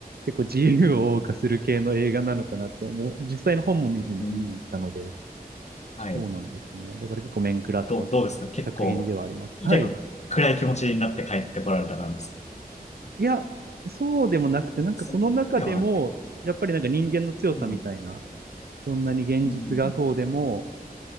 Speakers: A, on the right; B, on the left.
A: 結構自由を謳歌する系の映画なのかなって思う、実際の本も見ずに見に行ったので、
B: うん。はい。
A: そうなんですね。だから結構面食らった
B: どう、どうですか結構、
A: 作品ではあります。
B: 結構暗い気持ちになって帰ってこられた感じですか
A: はい。いや、そうでもなくて、なんかその中でも、
B: そうではなく、
A: やっぱりなんか人間の強さみたいな、
B: うん、
A: そんなに現実がそうでも、
B: うん、